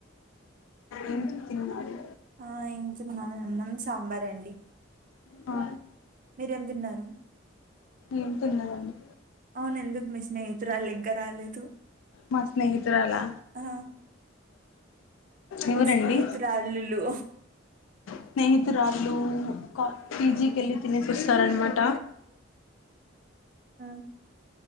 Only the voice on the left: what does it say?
ఏం తిన్నారు
ఆ
ఏం తినలేదండి
మా స్నేహితురాలా
ఎవరండి
స్నేహితురాళ్ళు లు పిజికి వెళ్ళి తినేసి వస్తారన్న మాట